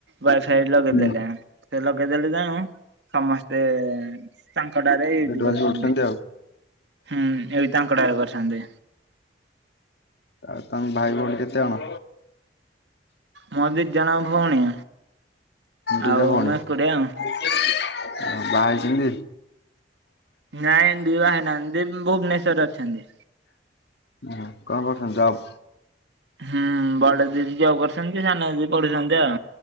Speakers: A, on the right (about 75°); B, on the left (about 65°).
A: ୱାଇଫାଇ ଲଗେଇଦେଲେ
B: ହୁଁ
A: ସେଲ ଲଗେଇଦେଲେ ଜାଣୁ ସମସ୍ତେ ତାଙ୍କ ଡାରେ ୟେ
B: ସେଠୁ
A: ବି କରୁଛନ୍ତି।
B: ଆସି ଆଉ
A: ହୁଁ ଏଇ ତାଙ୍କଡ଼ାରେ କରିଛନ୍ତି।
B: ଆଉ ତାଙ୍କ ଭାଇ ଭଉଣୀ କେତେ ଅଣ?
A: ମୋ ଦିଦ୍ ଜନ ଭଉଣୀ। ଆଉ
B: ଦିଟା ଭଉଣୀ
A: ମୁଁ ଏକୁଟିଆ ଆଉ।
B: ବାହା ହେଇଛନ୍ତି?
A: ନାଇଁ। କିଏ ବାହେଇ ନାହାଁନ୍ତି ଭୁବନେଶରରେ ଅଛନ୍ତି।
B: ହଁ କଣ କରୁଚନ୍ତି ଯବ୍?
A: ହୁଁ ବଡ ଦିଦି ଯବ୍ କରୁଛନ୍ତି ସାନ ଦିଦି ପଢୁଛନ୍ତି ଆଉ